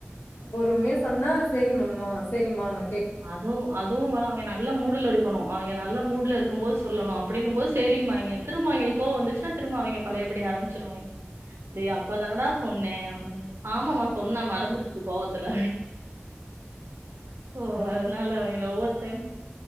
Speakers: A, on the left (about 75°); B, on the right (about 70°).
A: பொறுமையா ஸ் சொன்னா ஸ் செரிமம்மா செரிமா நாக்
B: அதும் அதும் வ அவங்க நல்ல மூடுல இருக்கணு அவங்க நல்ல மூடுல இருக்கும் போது சொல்லணு அப்டின்னும் போது ஸ் சரிமாய்ங்க திருமோ அவைங்களுக் கோவந்துச்சுனா திருமோ அவைங்க பழையபடி ஆரம்ப்ச் சுருவாய்ங் டே அப்பதானடா சொன்னே
A: ம்.
B: ஆமமா சொன்ன மறந்துருச்சு கோவத்துல ஓ
A: அ
B: அதனால அவைங்கள ஒவ்வொர்டைம்